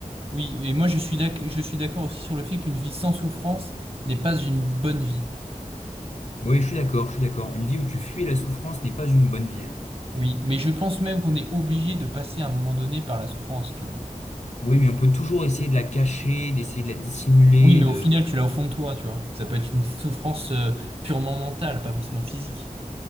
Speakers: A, on the right; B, on the left.
A: Oui, et moi, je suis d'ac- je suis d'accord aussi sur le fait qu'une vie sans souffrance n'est pas une bonne vie.
B: Oui, je suis d'accord, je suis d'accord. Une vie où tu fuis la souffrance n'est pas une bonne vie.
A: Oui, mais je pense même qu'on est obligé de passer à un moment donné par la souffrance, tu vois.
B: Oui, mais on peut toujours essayer de la cacher, d'essayer de la dissimuler,
A: Oui, mais
B: de...
A: au final, tu l'as au fond de toi, tu vois. Ça peut être une souffrance, euh, purement mentale, pas forcément physique.